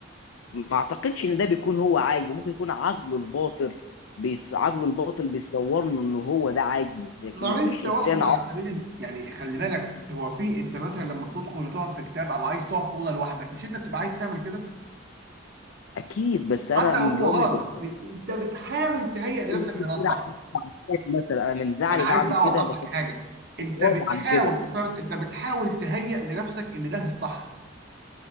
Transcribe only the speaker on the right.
مريض
التوحد
على سبيل المثال يعني خلي بالك هو في انت مثلا لما بتدخل وتقعد في كتاب او عايز تقعد في اوضه لوحدك مش انت بتبقى عايز تعمل كده
حتى
لو هو
غلط
بس
انت بتحاول تهيئ
لنفسك ان ده الصح
ما انا عايز
بقى
اوضح
لك حاجه انت
بتحاول
اسمع بس، انت بتحاول تهيئ لنفسك ان ده الصح